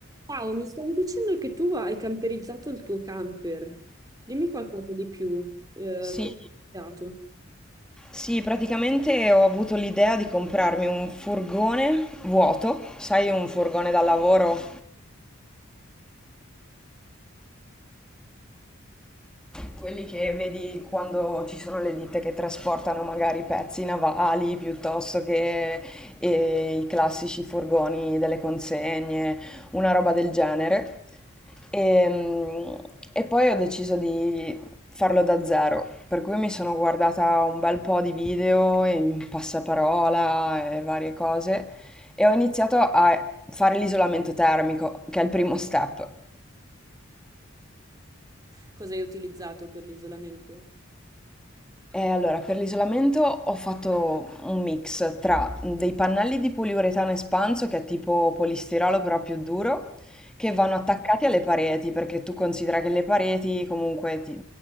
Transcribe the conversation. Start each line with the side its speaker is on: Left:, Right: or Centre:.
Right: Ciao, mi stavi dicendo che tu hai camperizzato il tuo camper. Dimmi qualcosa di più. Eh,
Centre: Sì,
Right: come hai utilizzato?
Centre: sì, praticamente ho avuto l'idea di comprarmi un furgone vuoto, sai, un furgone da lavoro Quelli che vedi quando ci sono le ditte che trasportano magari pezzi navali piuttosto che eh, i classici furgoni delle consegne, una roba del genere. E, e poi ho deciso di farlo da zero, per cui mi sono guardata un bel po' di video in passaparola e varie cose e ho iniziato a fare l'isolamento termico, che è il primo step.
Right: Cosa hai utilizzato per l'isolamento?
Centre: Eh, allora, per l'isolamento ho fatto un mix tra dei pannelli di poliuretano espanso, che è tipo polistirolo però più duro, che
Right: Sì.
Centre: vanno attaccati alle pareti, perché tu considera che le pareti comunque ti-